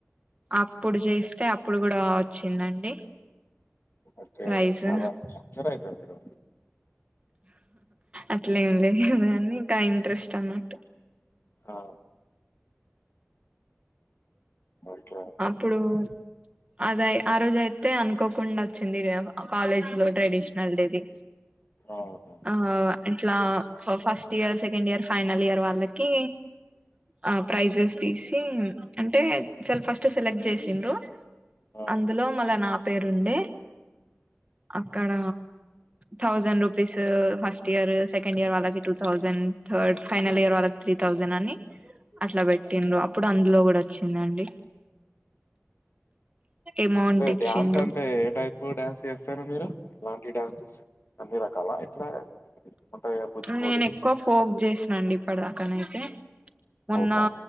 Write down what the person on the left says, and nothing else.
ఓకే.
చాలా డాన్సర్ అయితే మీరు.
ఆ ఓకే. ఓకే.
ఆహా!
ఆ!
టే
డ్యాన్స్ అంటే ఏ టైప్ డ్యాన్స్ చేస్తారు మీరు ఎలాంటి డ్యాన్సెస్ అన్నీ రకాల ఎట్లా ఉంటాయా కూచిపూడి,
కథకళి,
మోకా